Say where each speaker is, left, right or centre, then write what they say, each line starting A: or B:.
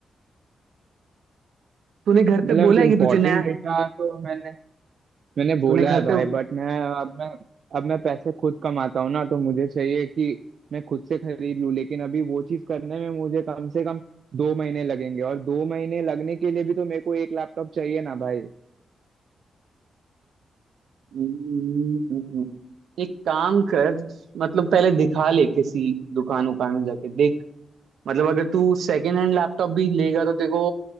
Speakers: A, on the right; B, on the right.
A: तूने घर
B: मतलब
A: पे बोला
B: इम्पोर्टेंट
A: है कि तुझे नया
B: डेटा तो मैंने मैंने बोला
A: तूने घर
B: है भाई
A: पे
B: बट मैं अब मैं अब मैं पैसे खुद कमाता हूँ ना तो मुझे चाहिए कि मैं खुद से खरीद लूँ लेकिन अभी वो चीज करने में मुझे कम से कम दो महीने लगेंगे और दो महीने लगने के लिए भी तो मेरे को एक लैपटॉप चाहिए ना भाई
A: हम्म, एक काम कर मतलब पहले दिखा ले किसी दुकान उकान में जाके देख मतलब अगर तू सेकंड हैंड लैपटॉप भी लेगा तो तेरे को